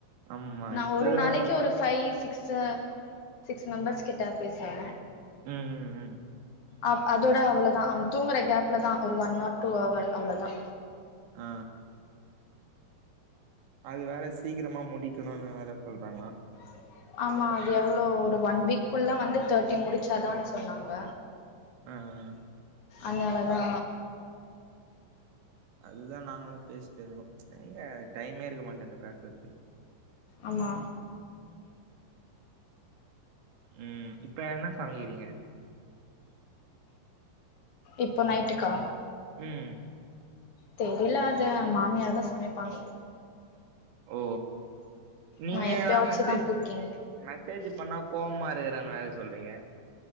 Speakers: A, on the right; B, on the left.
A: ஆமா
B: நா
A: இப்பதா
B: ஒரு நாளைக்கு ஒரு ஃபைவ் சிக்ஸ்ஸ சிக்ஸ் மெம்பர்ஸ் கிட்ட பேசுவ
A: ம் ம் ம்
B: அப் அதோட அவ்ளொதா அவ தூங்குற கேப்ல தா ஒரு ஒன் ஆர் டூ ஹவர் அவ்வளதா
A: அ அது வேற சீக்கிரமா முடிக்கணுன்னு வேற சொல்றாங்க
B: <inaudible> ஆம்மா அது எவ்ளோ ஒரு ஒன் வீக்குள்ள வந்து தேர்ட்டி முடிச்சாதான் சொன்னாங்க
A: ம் ம்
B: அன்னாலதா
A: அதுதா நாங்களு பேசிட்டுருக்கோ எங்க டைமே இருக்க மாட்டென்து பேசற்துக்
B: ஆம்மா
A: ம் இப்ப என்ன சமக்கிறீங்க
B: இப்ப நைட்டுக்கா
A: ம்
B: தெரியில அது மாமியாருதா சமைப்பாங்க
A: ஓ நீங்க
B: நா எப்பயாச்சுதா
A: ஆ மெசேஜ்
B: குக்கிங்
A: மெசேஜ் பண்ணா கோவம்மா இருக்கறன் வேற சொல்றீங்க